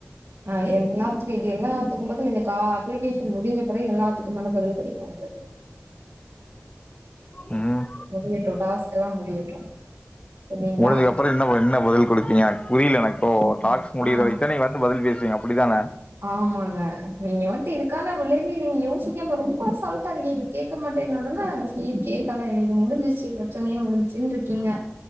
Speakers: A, on the right; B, on the left.
A: ஆ எல்லாத்துக்கு இது எல்லாத்துக்கு பதில் இந்த கா அப்ளிகேஷன் முடிஞ்ச பெறகு எல்லாத்துக்குமான பதில் கெடைக்கு உங்களுக்கு
B: ம்
A: முடியட்டு டாஸ்கெல்லா முடியட்டு சரிங்களா
B: முடிஞ்சதுக்கப்பறோ என்ன ப என்ன பதில் குடுப்பீங்க எனக்கு புரில எனக்கோ இப்போ
A: ம்
B: டாஸ்க் முடியிற
A: ஆ
B: வரக்குத்தான நீ பதில் பேசுவீங்க அப்டித்தான
A: ஆமாங்க நீங்க வந்துட்டு இதுக்கான விளைவு நீங்க யோசிக்காம ரொம்ப அசால்ட்டா இருக்கீங்க கேக்க மாட்டேன்ன ஒடனே செரி கேப் கலே இது முடிஞ்சிச்சு பிரெச்சனையே முடிஞ்சுச்சுன்னு ருக்கீங்க